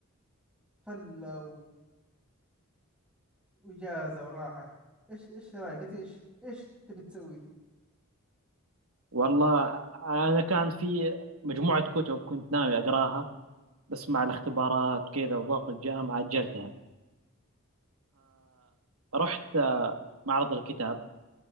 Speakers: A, in the centre; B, on the right.
A: فلة و- وإجازة وراحة إيش إيش رأيك أنت إيش إيش تبي تسوي؟
B: والله أنا كان في مجموعة كتب كنت ناوي أقراها بس مع الاختبارات كذا وضغط الجامعة أجلتها فرحت آه، معرض الكتاب